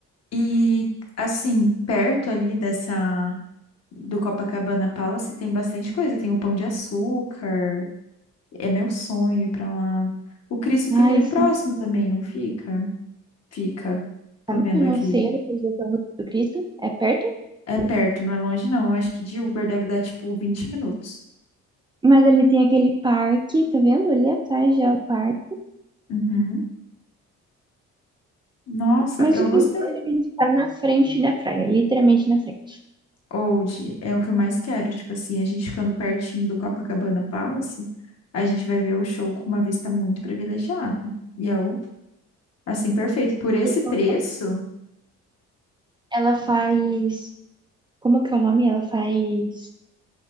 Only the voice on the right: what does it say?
Ai,
sim,
sabe
que eu não
sei a localização do do Cristo? É perto?
Mas ali tem aquele parque, tá vendo? Ali atrás já é o parque.
Mas
o que
importa é que a gente tá na frente da praia, literalmente na frente.
Então,
Ela faz Como que é o nome? Ela faz